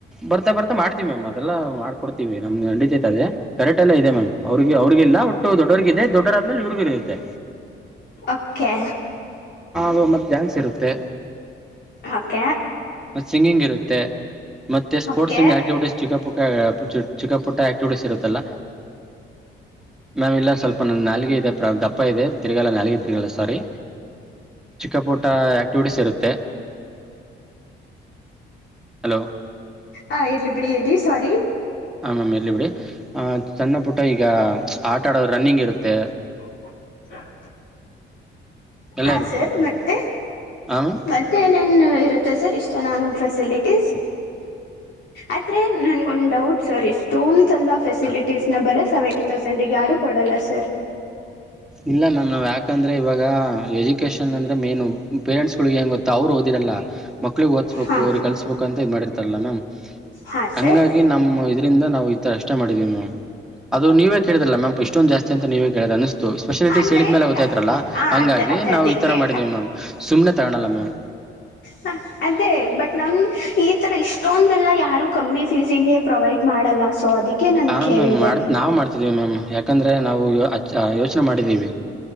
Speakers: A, in the centre; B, on the left.
A: ಬರ್ತಾ ಬರ್ತಾ ಮಾಡ್ತೀವಿ ಮ್ಯಾಮ್ ಅದೆಲ್ಲ ಮಾಡ್ಕೊಡ್ತೀವಿ. ನಮ್ಗೆ ತೈತದೆ ಕರೆಕ್ಟ್ ಎಲ್ಲ ಇದೆ. ಮ್ಯಾಮ್ ಅವ್ರಿಗೆ ಅವ್ರ ಗಿಲ್ಲ ಒಟ್ಟು ದೊಡ್ಡವರ್ಗಿದೆ ದೊಡ್ಡರ ಆದ್ಮೇಲೆ ಇವ್ರಗೂ ಇರುತ್ತೆ.
B: ಓಕೇ.
A: ದು ಮತ್ತೆ ಡಾನ್ಸ್ ಇರುತ್ತೆ.
B: ಓಕೆ.
A: ಮತ್ತ ಸಿಂಗಿಂಗ್ ಇರುತ್ತೆ. ಮತ್ತೆ ಸ್ಪೋರ್ಟ್ಸ್
B: ಓಕೆ
A: ಇಂದ ಆಕ್ಟಿವಿಟೀಸ್ ಚಿಕ್ಕ ಪುಕ್ಕ, ಚಿಕ್ಕ ಪುಟ್ಟ ಆಕ್ಟಿವಿಟೀಸ್ ಇರುತ್ತಲ್ಲ. ಮ್ಯಾಮ್ ಇಲ್ಲ ಸ್ವಲ್ಪ್ ನಾಲ್ಗೆ ಇದೆ ದಪ್ಪ ಇದೆ. ತಿರ್ಗಾಲ್ಲ ನಾಲ್ಗೆ. ಸಾರಿ ಚಿಕ್ಕ ಪುಟ ಆಕ್ಟಿವಿಟೀಸ್ ಇರುತ್ತೆ. ಹಲೋ
B: ಆ ಇರ್ಲಿ ಬಿಡಿ ಹೇಳಿ ಸ್ವಾರಿ.
A: ಹ ಮ್ಯಾಮ್ ಇರ್ಲಿ ಬಿಡಿ ಆ ಸಣ್ಣ ಪುಟ್ಟ ಈಗ ಆಟ ಆಡದು ರನ್ನಿಂಗ್ ಇರುತ್ತೆ.
B: <inaudible>
A: ಎಲ್ಲ
B: ಹ
A: ಇರುತ್ತೆ
B: ಸರ್
A: ಮ್ಯಾಮ್
B: ಮತ್ತೆ
A: ಹ ಮ್ಯಾಮ್
B: ಮತ್ತೆ ಏನೇನ್ ಇರ. ಸರ್ ಇಷ್ಟ ನಾನು ಫೆಸಿಲಿಟೀಸ್. ಆದ್ರೆ ನನ್ಗೊಂದು ಡೌಟ್ ಸರ್. ಇಷ್ಟೊಂದ ಎಲ್ಲ ಫೆಸಿಲಿಟಿ. <unintelligible> ಸೆವೆಂಟಿ ತೌಸಂಡಗೆ ಯಾರು ಕೊಡಲ್ಲ ಸರ್.
A: ಇಲ್ಲ ಮ್ಯಾಮ್ ನಾವ್ ಯಾಕಂದ್ರೆ ಇವಾಗ ಎಜುಕೇಶನ್ ಅಂದ್ರೆ ಮೇನು ಪೇರೆಂಟ್ಸ್ಗೆ ಗೊತ್ತಾ ಅವ್ರು ಓದಿಲ್ಲ ಇಲ್ಲ. ಮಕ್ಳಿಗೆ ಓದ್ಬೇಕು
B: ಹಾ
A: ಅವಿಗೆ ಕಲ್ಸಸ್ಬೇಕು ಇದ್ ಮಾಡಿರ್ತಾರಲ್ಲ. ಮ್ಯಾಮ್
B: ಹಾ
A: ಹಂಗಾಗಿ
B: ಸರ್
A: ನಮ್ಮ್ ಇ ಇ ನಾವು ತರ ಇಷ್ಟೇ ಮಾಡಿದೀವಿ ಮ್ಯಾಮ್. ಅದು ನೀವೇ ಕೇಳಿದಲ್ಲ ಮ್ಯಾಮ್ ಇಷ್ಟೊಂದು ಜಾಸ್ತಿ ಅಂತ ನೀವೇ ಕೇಳ ಅ. ಸ್ಪೆಷಾಲಿಟೀಸ್
B: ಅಂದ್ರೆ
A: ಹೇಳಿದ ಮೇಲೆ ಗೊತ್ತತಯ್ತಾರಲ್ಲ
B: ಹ
A: ಹಂಗಾಗಿ
B: ಅದ ಅದ
A: ನಾವು
B: ಅದಕ್ಕೆ
A: ಈ ತರ ಮಾಡಿದೀವಿ ಮ್ಯಾಮ್ ಸುಮ್ಮನೆ ತಗನಲ್ಲ ಮ್ಯಾಮ್.
B: ಹ ಅದೇ ಬಟ್ ನಮ ಈ ತರ ಇಷ್ಟೊಂದೆಲ್ಲ ಯಾರು ಕಮ್ಮಿ ಫೀಸಿಗೆ ಪ್ರೊವೈಡ್ ಮಾಡಲ್ಲ. ಸೊ ಅದಕ್ಕೆ, ನನ್
A: ಹ
B: ಕೇಳ್ದೆ
A: ಮ್ಯಾಮ್ ಮಾಡ್ ನಾ ಮಾಡ್ತಿದ್ವಿ. ಮ್ಯಾಮ್ ಯಾಕಂದ್ರೆ ನಾವು, ಯೋಚನೆ ಮಾಡಿದ್ದೀವಿ